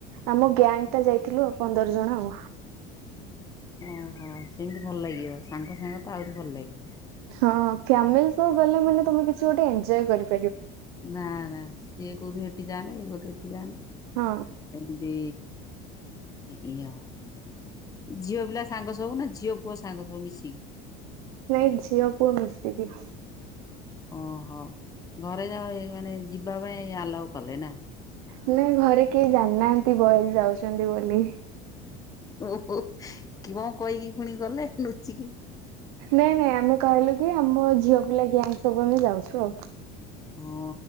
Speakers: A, on the right; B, on the left.
A: ଆମ ଗ୍ୟାଙ୍ଗ୍ ଟା ଯାଇଥିଲୁ ଆଉ, ପନ୍ଦର ଜଣ ଆଉ।
B: ଓହୋ‌! ସେମିତି ଭଲ ଲାଗିବ। ସାଙ୍ଗ ସାଙ୍ଗ ତ ଆହୁରି ଭଲ ଲାଗେ।
A: ହଁ, ଫ୍ୟାମିଲି ସହ ଗଲେ ମାନେ ତମେ କିଛି ଗୋଟେ ଏନ୍ଜୟ କରି
B: ନା, ନା, ସିଏ କହୁଥି ହେଠି ଯାଆନା। ଇଏ କଉଥି ଏଠି ଯାଆନା।
A: ହଁ
B: ଏମିତି ଇଁ ଅ। ଝିଅ ପିଲା ସାଙ୍ଗ ସବୁ ନା! ଝିଅ ପୁଅ ସାଙ୍ଗ ସବୁ ମିଶିକି?
A: ନାଇଁ, ଝିଅପୁଅ ମିଶିକି।
B: ଓହୋ! ଘରେ ଯଉ ମାନେ ଯିବାପାଇଁ ଆଲାଓ କଲେ ନା।
A: ନାଇଁ, ଘରେ କେହି ଜାଣିନାହାଁନ୍ତି, ବଏଜ ଯାଉଛନ୍ତି ବୋଲି।
B: ଓହୋ! କି କଣ କହିକି ଫୁଣି ଗଲେ? ଲୁଚିକି
A: ନାଇଁ ନାଇଁ ଆମେ କହିଲୁ କି, ଆମ ଝିଅ ପିଲା ଗ୍ୟାଙ୍ଗ୍ ସବୁ ଆମେ ଯାଉଛୁ ଆଉ।
B: ହଁ,